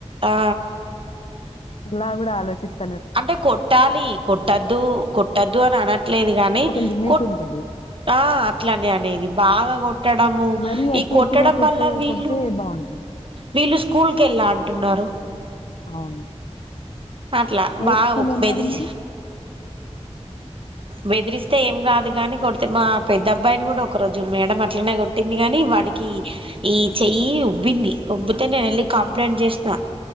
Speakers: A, on the right; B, on the left.
A: ఆ
B: అలా కూడా ఆలోచిస్త
A: అంటే కొట్టాలి కొట్టద్దు కొట్టద్దు అని అనట్లేదు గానీ
B: ఒక లిమిట్
A: కొట్
B: ఉంటది.
A: ఆ అట్లా అనేది బాగా కొట్టడము
B: మరీ అట్టి
A: ఈ కొట్టడం
B: అట్టిగా కొట్టే
A: వల్ల వీళ్ళు
B: కొడితే బావుండదు.
A: వీళ్ళు స్కూల్కి వెళ్ళా అంటున్నారు
B: అవును
A: అట్లా
B: ఏ
A: బాగా
B: స్కూల్
A: ఒక
B: అన్నారు
A: బెదిరి
B: మీరు?
A: బెదిరిస్తే ఏం కాదు కాగాని కొడితే మా పెద్ద అబ్బాయిని కూడా ఒక రోజు మేడం అట్లనే కొట్టింది కాని వాడికి ఈ చెయ్యి ఉబ్బింది ఉబ్బితే నేను వెళ్ళి కంప్లైంట్ చేసిన